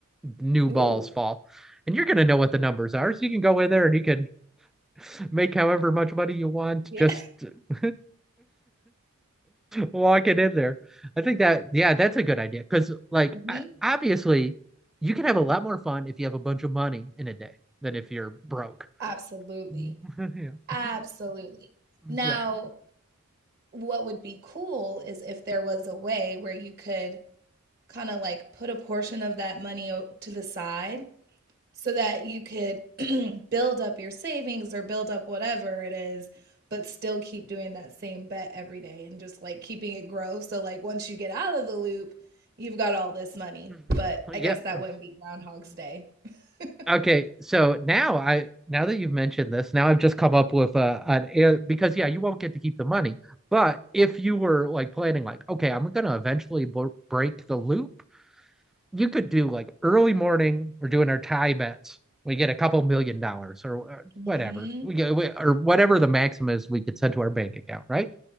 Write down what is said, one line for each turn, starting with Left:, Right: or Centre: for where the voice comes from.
Centre: New balls
Right: Ooh.
Centre: fall, and you're gonna know what the numbers are, so you can go in there and you can Make however much money you want.
Right: Yeah.
Centre: Just <laughs> walk it in there. I think that, yeah, that's a good idea. Because, like,
Right: <laughs> hmm
Centre: I, obviously, you can have a lot more fun if you have a bunch of money in a day than if you're broke.
Right: Absolutely.
Centre: <laughs>
Right: Absolutely. Now,
Centre: Yeah.
Right: what would be cool is if there was a way where you could kind of like put a portion of that money to the side so that you could <clears throat> build up your savings or build up whatever it is, but still keep doing that same bet every day and just like keeping it grow. So, like, once you get out of the loop, you've got all this money.
Centre: Yeah.
Right: But
Centre: Yeah.
Right: I guess that wouldn't be Groundhog's Day. <laughs>
Centre: Okay. So now I now that you've mentioned this, now I've just come up with uh an air because yeah, you won't get to keep the money. But if you were like planning like, okay, I'm gonna eventually b break the loop you could do like early morning. We're doing our tie bets. We get a couple million dollars or uh,
Right: Mhm,
Centre: whatever we get, or whatever the maximum is we could send to our bank account, right?